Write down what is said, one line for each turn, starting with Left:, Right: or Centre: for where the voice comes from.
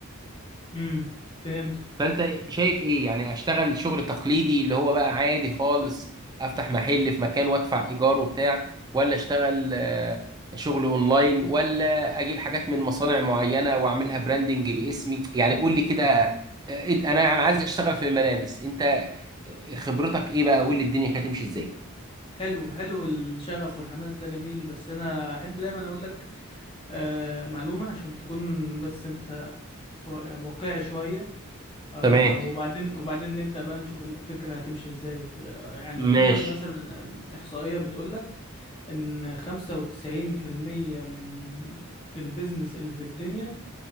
Left: امم فهمتك
Right: فانت شايف ايه يعني اشتغل شغل تقليدي اللي هو بقى عادي خالص افتح محل في مكان وادفع ايجار وبتاع ولا اشتغل آه، شغل اونلاين ولا اجيب حاجات من مصانع معينة واعملها براندنج باسمي يعني قول لي كده آه، إد- انا انا عايز اشتغل في الملابس انت خبرتك ايه بقى قول لي الدنيا كانت هتمشي ازاي
Left: حلو حلو الشغف والحماس ده جميل بس انا احب دايما اقول لك آه معلومه عشان تكون بس انت وا- واقعي شويه آه
Right: تمام
Left: وبعدين وبعدين نبدا بقى نشوف الفكره هتمشي ازاي وكده آه، يعني في
Right: ماشي
Left: مثلا احصائيه بتقول لك ان 95% من البيزنس اللي في الدنيا